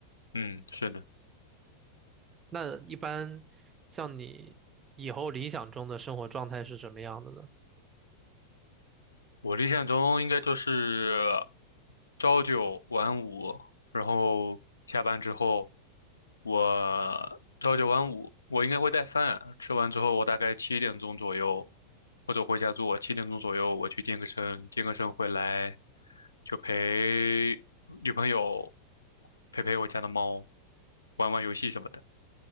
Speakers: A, on the left (about 75°); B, on the right (about 20°).
A: 嗯，是的，
B: 那一般像你以后理想中的生活状态是什么样的呢？
A: 我理想中应该就是朝九晚五，然后下班之后，我朝九晚五，我应该会带饭，吃完之后我大概七点钟左右，或者回家做，七点钟左右我去健个身，健个身回来就陪女朋友陪陪我家的猫，玩玩游戏什么的，